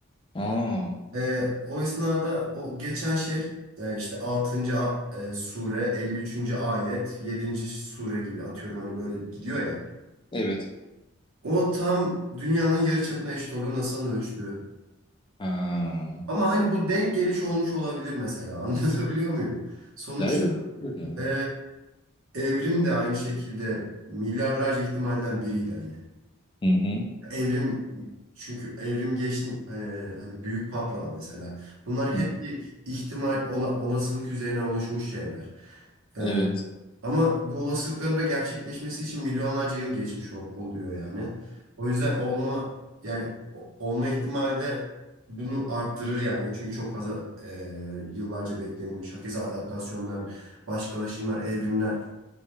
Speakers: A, on the left; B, on the right.
A: Aa.
B: Ee, o esnada o geçen şey e, işte altıncı a- e, sure, 53. ayet, yedinci sure gibi atıyorum hani böyle gidiyor ya.
A: Evet.
B: O tam dünyanın yarıçapına eşit oluyor NASA'nın ölçtüğü.
A: Ha.
B: Ama hani bu denk geliş olmuş olabilir mesela. <laughs> Anlatabiliyor muyum? Sonuçta
A: Ya evet. Evet ya.
B: e, evrim de aynı şekilde milyarlarca ihtimalden biriydi hani.
A: Hı hı.
B: Evrim çünkü evrim geçtim e, hadi büyük patlama mesela. Bunlar hep
A: Hı hı.
B: bir ihtimal ola- olasılık üzerine oluşmuş şeyler. E,
A: Evet.
B: Ama bu olasılıkların da gerçekleşmesi için milyonlarca yıl geçmiş ol- oluyor yani. O yüzden olmama yani o- olma ihtimali de bunu arttırır yani. Çünkü çok fazla e, yıllarca beklenilmiş. Hakeza adaptasyonlar, başkalaşımlar, evrimler.